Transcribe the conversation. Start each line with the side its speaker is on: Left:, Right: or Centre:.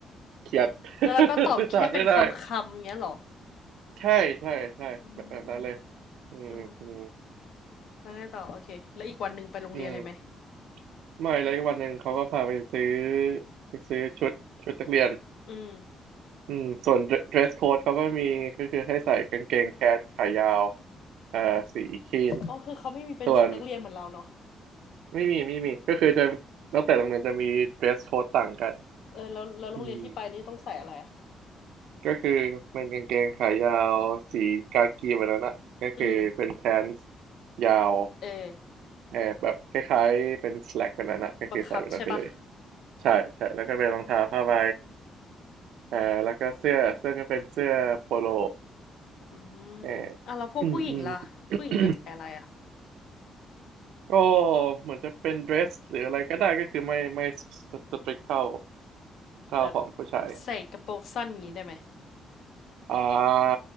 Right: เครียด
Left: แล้วเราก็ตอบแค่เป็นคำคำเงี้ยเหรอ
Right: <laughs> สื่อสารไม่ได้ใช่ใช่ใช่แบบแบบนั้นเลย
Left: อืม
Right: อืมอืม
Left: เออแล้วไงต่อโอเคแล้วอีกวันหนึ่งไปโรงเรียนเลยไหม
Right: อืมไม่เลยวันหนึ่งเขาก็พาไปซื้อไปซื้อชุดชุดนักเรียน
Left: อืม
Right: อืมส่วน dress code เขาก็มีก็คือให้ใส่กางเกงแพนขายาวเอ่อสีครีม
Left: อ๋อคือเขาไม่มีเป็นชุดนักเรียนเหมือนเราเนาะ
Right: ส่วน ไม่มีไม่มีก็คือจะแล้วแต่โรงเรียนจะมี
Left: อ๋อ
Right: dress code ต่างกัน
Left: เออแล้วแล้วโรงเรียนที่ไปนี่ต้องใส่อะไรอ่ะ
Right: อืมก็คือเป็นกางเกงขายาวสีกากีแบบนั้นอะก็คือเป็น
Left: อืม
Right: pants ยาว
Left: เออ
Right: แอบแบบคล้ายๆเป็น slack แบบนั้นอะก็คือใส่แบบนั้นไปเลย
Left: บังคับใช่ปะ
Right: ใช่ใช่แล้วก็เป็นรองเท้าผ้าใบ
Left: อ่าโอเค
Right: เอ่อแล้วก็เสื้อเสื้อก็เป็นเสื้อโปโล
Left: อืมอ่ะแล้วพวกผู้หญิงล่ะผู้หญิงจะใส่อะไรอ่ะ
Right: เอออืมอืม <coughs> ก็เหมือนจะเป็น dress หรืออะไรก็ได้ก็คือไม่ไม่ strict เท่าเท่าของผู้ชาย
Left: แบบใส่กระโปรงสั้นอย่างนี้ได้ไหม
Right: อ่า